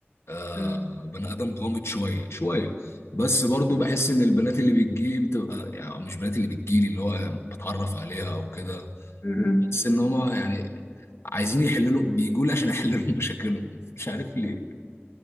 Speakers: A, on the left; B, on the left.
A: آه،
B: مم.
A: بني ادم غامض شويه شويه بس برضو
B: مم.
A: بحس ان البنات اللي بتجيلي بتبقى يعني أو مش بنات اللي بتجيلي اللي هو بتعرف عليها او كده
B: مم.
A: بحس ان هما يعني عايزين يحللوا بيجوا لي عشان احللهم <laughs> مشاكلهم مش عارف ليه